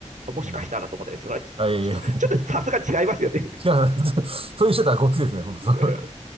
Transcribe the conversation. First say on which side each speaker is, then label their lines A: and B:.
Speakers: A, on the right; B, on the right.
A: あもしかしたらと思ったら、
B: うん。
A: それはちょっと、
B: あ、いやいや、違う、
A: ちょっとちょっとさすがに違いますよね。
B: ちょそういう人だったらごっついですね、本当
A: <laughs>